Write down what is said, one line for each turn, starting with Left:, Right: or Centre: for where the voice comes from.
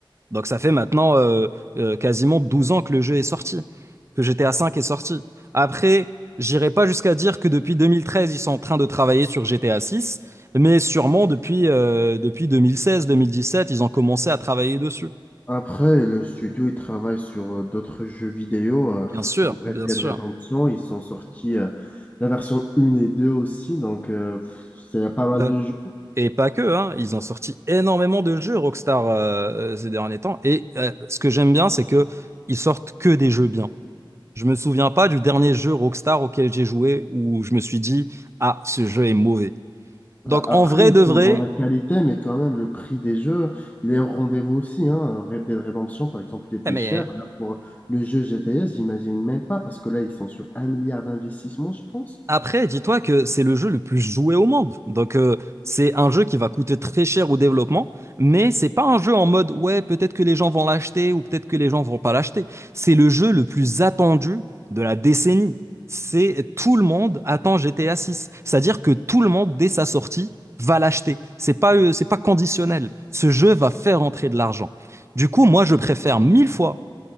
Right: Donc ça fait maintenant euh, euh, quasiment 12 ans que le jeu est sorti, que GTA V est sorti. Après, j'irai pas jusqu'à dire que depuis 2013, ils sont en train de travailler sur GTA 6, mais sûrement depuis, euh, depuis 2016-2017, ils ont commencé à travailler dessus.
Left: Après, le studio, il travaille sur euh, d'autres jeux vidéo, euh,
Right: Bien sûr,
Left: comme Red
Right: bien
Left: Dead
Right: sûr.
Left: Redemption. Ils sont sortis euh, la version 1 et 2 aussi, donc euh, pff, c'est pas mal
Right: Euh,
Left: de jeux.
Right: Et pas que, hein, ils ont sorti énormément de jeux Rockstar euh, euh, ces derniers temps. Et euh, ce que j'aime bien, c'est que ils sortent que des jeux bien. Je me souviens pas du dernier jeu Rockstar auquel j'ai joué où je me suis dit, ah, ce jeu est mauvais.
Left: Après,
Right: Donc en vrai
Left: ils
Right: de
Left: sont
Right: vrai,
Left: dans la qualité, mais quand même, le prix des jeux, il est au rendez-vous aussi. Hein. Red Dead Redemption, par exemple, il était
Right: eh mais
Left: cher. Là, pour le jeu GTS, j'imagine même pas, parce que là, ils sont sur un milliard d'investissements, je pense.
Right: Après, dis-toi que c'est le jeu le plus joué au monde. Donc, euh, c'est un jeu qui va coûter très cher au développement, mais c'est pas un jeu en mode, ouais, peut-être que les gens vont l'acheter ou peut-être que les gens vont pas l'acheter. C'est le jeu le plus attendu de la décennie. C'est tout le monde attend GTA six. C'est-à-dire que tout le monde, dès sa sortie, va l'acheter. C'est pas, euh, c'est pas conditionnel. Ce jeu va faire entrer de l'argent. Du coup, moi, je préfère mille fois